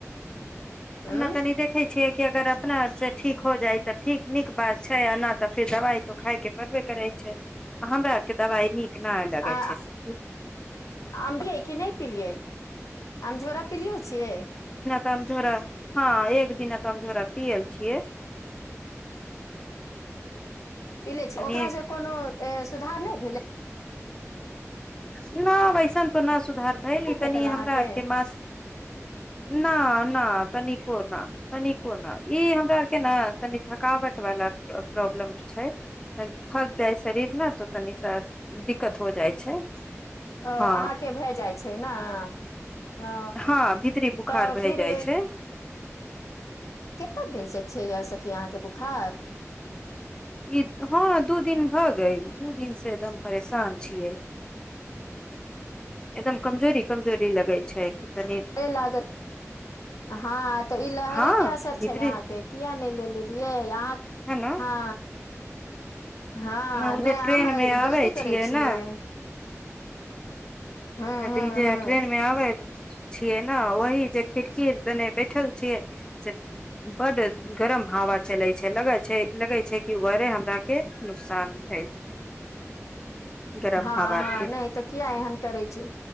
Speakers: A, on the left; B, on the left.
A: अना
B: उं
A: तनी देखै छिये कि अगर अपना आर से ठीक हो जाय तऽ ठीक नीक बात छै आना तऽ फेर दवाई तो खााय के पड़बे करे छै हमरा आर के दवाई नीक छै नहि लगै
B: आ
A: सखी
B: अ भियै कि नहि पलियै आम झोरा पिलिए छियै
A: त झोरा हँ एक दिना त हम झोरा पियल छियै
B: पी लै
A: तनि
B: छै ओकरासँ कोनो सुधार नहि भेलै
A: नना वयसन त न सुधार कहली
B: नहि भेटल
A: तनी
B: अहाँके
A: हमरा आरके मास न न तनिको न तनिको ने ई हमरा आर के ने तनि थकावट वाला प्रॉब्लम छै थक जाइ शरीर ने तऽ तनी सा दिक्कत हो जाइ छै
B: अ
A: हँ
B: अहाँके भए जाइत छै नए आ
A: हँ भीतरी बुखार
B: तऽ
A: भए
B: फिर
A: जाइ छै
B: के कतेक दिन से छैे या सखी अहाँके बोखार
A: ई हँ दू दिन भऽ गइल दू दिनसँ एकदम परेशान छियै एकदम कमजोरी कमजोरी लगै छै कि तनि
B: ऐ लागत हँ तऽ ई लहरे
A: हँ
B: के असर
A: भीतरी
B: छै अहाँके किया नहि ले लेलियै अहाँ
A: है ने
B: हँ हँ
A: ओ
B: नहि
A: जे ट्रेन
B: अहाँ
A: मे
B: ई
A: आबै
B: गलती करै छियै
A: ने
B: हूँ
A: नहि तऽ ई जे
B: हूँ
A: ट्रेनमे आबै छियै न वही जे खिड़कीने बैठल छियै से बड्ड गरम हवा चलै छै लगै छै लगै छै कि ओरे हमराके नुकसान भेल गरम
B: हँ
A: हवा
B: हँ
A: के
B: नहि तऽ किया एहन करै छै